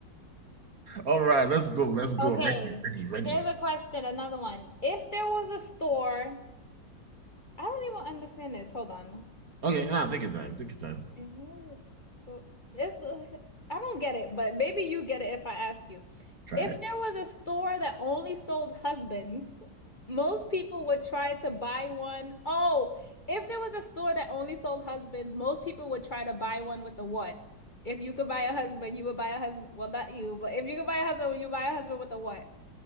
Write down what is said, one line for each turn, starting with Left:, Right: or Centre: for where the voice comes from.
Right: All right, let's go. Let's go.
Left: Okay,
Right: Ready, ready, ready.
Left: here's a question, another one. If there was a store, I don't even understand this. Hold on.
Right: Okay, now take your time. Take your time.
Left: If it was a sto- it's, I don't get it, but maybe you get it if I ask you.
Right: Try
Left: If
Right: it.
Left: there was a store that only sold husbands, most people would try to buy one. Oh, if there was a store that only sold husbands, most people would try to buy one with a what? If you could buy a husband, you would buy a husband. Well, not you, but if you could buy a husband, you buy a husband with a what?